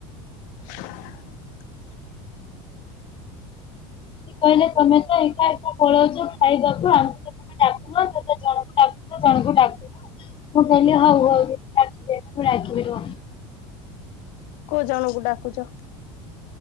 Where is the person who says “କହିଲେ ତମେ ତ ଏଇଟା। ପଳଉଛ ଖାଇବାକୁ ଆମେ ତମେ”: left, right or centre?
Left